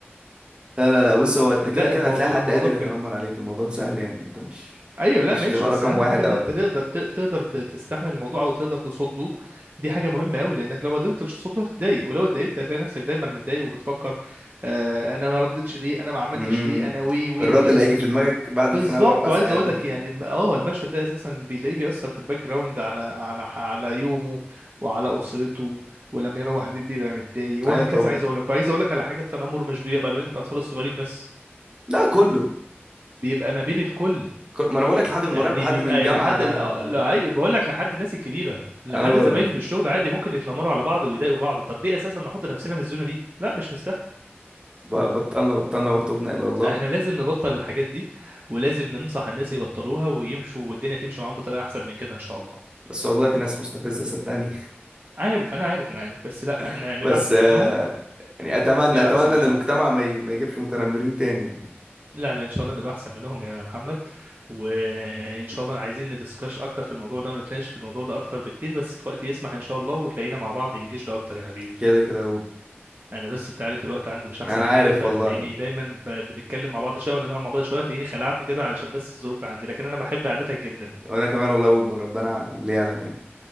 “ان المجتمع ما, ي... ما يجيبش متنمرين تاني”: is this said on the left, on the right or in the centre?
Right